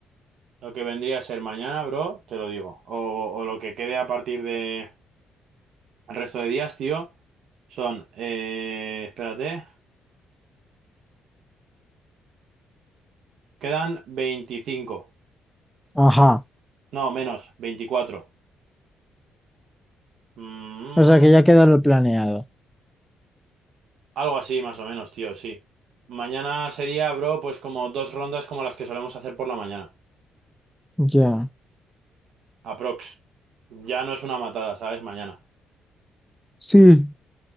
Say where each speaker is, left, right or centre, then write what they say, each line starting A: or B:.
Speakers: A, on the right (about 75°); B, in the centre.
A: lo que vendría a ser mañana, bro, te lo digo. O, o lo que quede a partir de el resto de días, tío, son, eh, espérate, quedan veinticinco
B: Ajá.
A: No, menos, veinticuatro Mm,
B: O sea que ya queda lo planeado.
A: Algo así, más o menos, tío, sí. Mañana sería, bro, pues como dos rondas como las que solemos hacer por la mañana.
B: Ya.
A: Aprox. Ya no es una matada, ¿sabes? Mañana.
B: Sí,